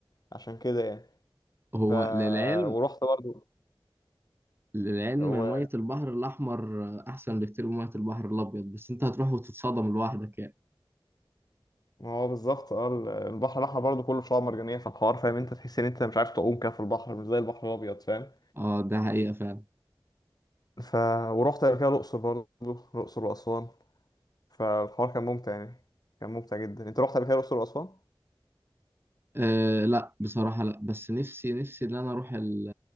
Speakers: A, on the left; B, on the right.
A: عشان كده يعني
B: هو
A: ف
B: للعلم
A: ورحت برضه
B: للعلم
A: هو
B: مية البحر الاحمر احسن بكتير من مية البحر الابيض بس انت هتروح وتتصدم لوحدك يعني
A: ما هو بالظبط اه ال- البحر الأحمر برضه كله شعاب مرجانية في الحوار فاهم أنت تحس إن أنت مش عارف تعوم كده في البحر مش زي البحر الأبيض فاهم
B: اه ده حقيقة فعلا
A: ف ورحت قبل كده الأقصر برضه الأقصر وأسوان فالحوار كان ممتع يعني كان ممتع جدا أنت رحت قبل كده الأقصر وأسوان؟
B: أه لا بصراحة لا بس نفسي نفسي إن أنا أروح ال-